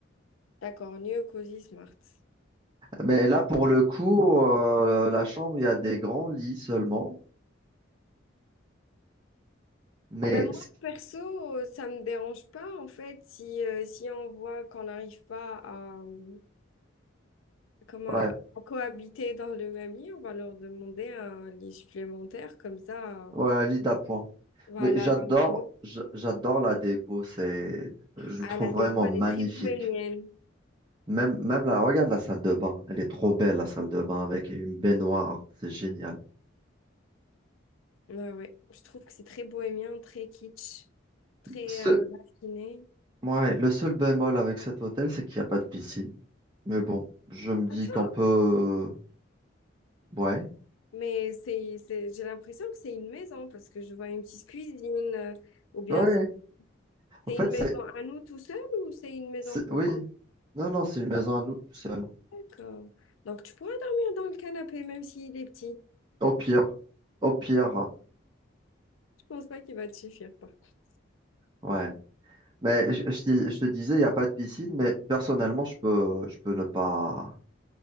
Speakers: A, on the left; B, on the right.
A: D'accord, New Cozy Smart.
B: Mais là, pour le coup, euh, la chambre, il y a des grands lits seulement. Mais
A: Ben moi,
B: ce-
A: perso, euh, ça me dérange pas, en fait, si, euh, si on voit qu'on n'arrive pas à, euh, comment,
B: ouais,
A: à cohabiter dans le même lit, on va leur demander un lit supplémentaire, comme ça, euh,
B: ouais, un lit d'appoint.
A: voilà,
B: Mais j'adore,
A: l'un de nous.
B: j- j'adore la déco. C'est, je le
A: Ah,
B: trouve
A: la
B: vraiment
A: déco, elle
B: magnifique.
A: est très bohémienne.
B: Même, même là, regarde la salle de bain. Elle est trop belle, la salle de bain, avec une baignoire. C'est génial.
A: Ouais, ouais. Je trouve que c'est très bohémien, très kitsch, très
B: Ce,
A: euh, raffiné.
B: ouais, le seul bémol avec cet hôtel, c'est qu'il n'y a pas de piscine. Mais bon, je me dis
A: Attends,
B: qu'on peut, ouais,
A: mais c'est, c'est, j'ai l'impression que c'est une maison, parce que je vois une petite cuisine, euh, ou bien
B: ouais.
A: c'est
B: En
A: c'est
B: fait,
A: une maison
B: c'est,
A: à nous tout seuls, ou c'est une maison
B: c'est-
A: pour...
B: oui. Non, non, c'est une maison à nous tout seul.
A: D'accord. Donc, tu pourras dormir dans le canapé, même s'il est petit.
B: Au pire, au pire,
A: Je pense pas qu'il va te suffire, par contre.
B: ouais. Mais je, je te je te disais, il n'y a pas de piscine, mais personnellement, je peux, je peux ne pas.